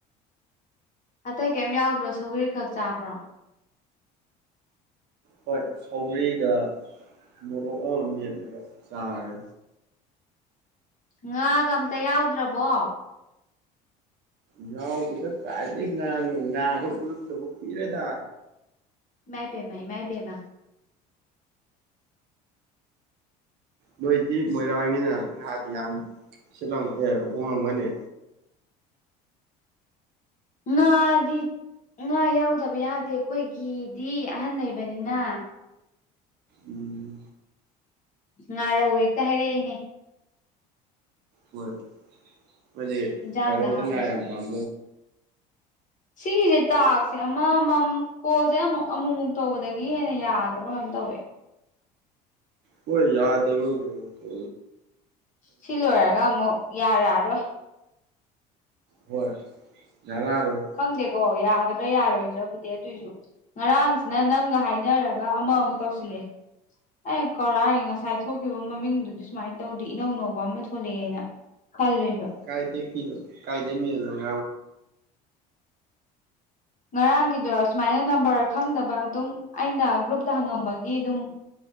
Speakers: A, on the left (about 40°); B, on the right (about 55°).
A: ꯑꯇꯩ ꯀꯩꯝ ꯌꯥꯎꯗ꯭ꯔꯣ ꯁꯧꯒꯔꯤ ꯈꯛ ꯆꯥꯕ꯭ꯔꯣ
B: ꯍꯣꯏ ꯁꯧꯗ꯭ꯔꯤꯒ ꯃꯣꯔꯣꯛ ꯑꯃ ꯃꯦꯛꯂꯒ ꯆꯥꯔꯦ
A: ꯉꯥꯒ ꯑꯝꯇ ꯌꯥꯎꯗ꯭ꯔꯕꯣ
B: ꯉꯥꯎꯗꯨꯅ ꯀꯥꯏꯗꯩ ꯉꯥꯅ ꯉꯥꯒ ꯎꯔꯛꯇꯕ ꯀꯨꯏꯔꯦꯗ
A: ꯃꯥꯏꯕꯦꯃ ꯃꯥꯏꯕꯦꯝꯃ
B: ꯅꯣꯏꯗꯤ ꯃꯣꯏꯔꯥꯡꯅꯤꯅ ꯉꯥꯗꯤ ꯌꯥꯝ ꯁꯤꯠꯂꯝ ꯑꯦ ꯍꯣꯡꯉꯝꯒꯅꯤ
A: ꯉꯥꯗꯤ ꯉꯥ ꯌꯥꯎꯗꯕ ꯌꯥꯗꯦ ꯑꯩꯈꯣꯏꯒꯤꯗꯤ ꯑꯍꯟ ꯂꯩꯕꯅꯤꯅ
B: ꯎꯝ
A: ꯉꯥꯔꯧ ꯍꯦꯛꯇ ꯍꯥꯏꯔꯛꯏꯅꯦ
B: ꯍ ꯃꯗ
A: ꯏꯟꯖꯥꯡꯗ
B: ꯀꯔ ꯎꯇ
A: ꯍꯥꯞꯄꯁꯨ
B: ꯉꯔ ꯌꯥꯝ ꯄꯝ
A: ꯁꯤꯒꯤꯁꯦ ꯇꯥꯛꯁꯦ ꯑꯃꯃꯝ ꯀꯣꯜꯁꯦ ꯑꯃꯨꯛ ꯑꯃꯨꯛꯃꯨꯛ ꯇꯧꯕꯗꯒꯤ ꯍꯦꯟꯅ ꯌꯥꯗꯕ ꯀꯩꯅꯝ ꯇꯧꯋꯦ
B: ꯍꯣꯏ ꯌꯥꯗ ꯑꯃ ꯀ
A: ꯁꯤ ꯂꯣꯏꯔꯒ ꯑꯃꯨꯛ ꯌꯥꯔꯛꯑꯔꯣꯏ
B: ꯍꯣꯏ ꯌꯥꯔ ꯌꯥꯔꯣꯏ
A: ꯈꯪꯗꯦꯀꯣ ꯌꯥꯒꯗ꯭ꯔꯥ ꯌꯥꯔꯣꯏꯗ꯭ꯔꯕꯨꯗꯤ ꯑꯗꯨꯑꯣꯏꯁꯨ ꯉꯔꯥꯡꯁꯤꯅ ꯅꯪꯒ ꯍꯥꯏꯅꯔꯒ ꯒ ꯑꯃꯨꯛ ꯇꯧꯁꯤꯜꯂꯦ ꯑꯦ ꯀꯧꯔ ꯉꯁꯥꯏ ꯊꯣꯛꯈꯤꯕ ꯃꯃꯤꯡꯗꯨꯗꯤ ꯁꯨꯃꯥꯏꯅ ꯇꯧꯗꯦ ꯏꯅꯧ ꯅꯧꯕ ꯑꯃ ꯊꯣꯛ ꯊꯣꯛꯂꯛꯑꯦꯅ ꯈꯜꯂꯣꯏꯕ
B: ꯀꯥꯏꯗꯒꯤ ꯀꯥꯏꯗꯃꯤ ꯅꯪ
A: ꯉꯔꯥꯡꯒꯤꯗꯨꯔꯣ ꯁꯨꯃꯥꯏꯅ ꯅꯝꯕꯔ ꯈꯪꯗꯕ ꯑꯗꯨꯝ ꯑꯩꯅ ꯒ꯭ꯔꯨꯞꯇ ꯍꯪꯉꯝꯕꯒꯤ ꯑꯗꯨꯝ